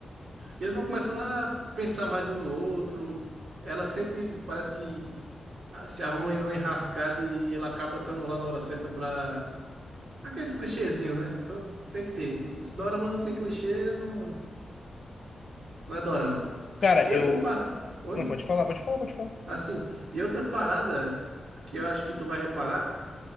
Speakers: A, on the right; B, on the left.
A: E eles vão começando a pensar mais um no outro. Ela sempre parece que se arruma em uma enrascada e ele acaba estando lá na hora certa pra. Aqueles clichêzinhos, né? Todo- Tem que ter. Se dorama não tem clichê, não, não é dorama.
B: Cara,
A: E
B: eu...
A: outra parada. Oi?
B: Não, pode falar, pode falar, pode falar.
A: Assim, e outra parada que eu acho que tu vai reparar